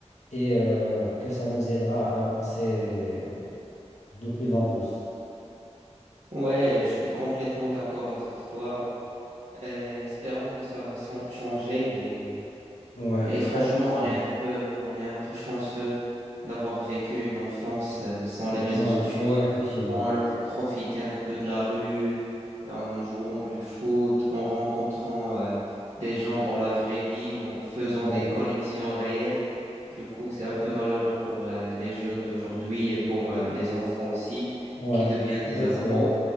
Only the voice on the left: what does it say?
et euh, que ça nous aidera à avancer de plus en plus.
Ouais,
ouais, effectivement.
Ouais,
ouais, effectivement.
Ouais,
ouais.
Oui,
c'est vrai.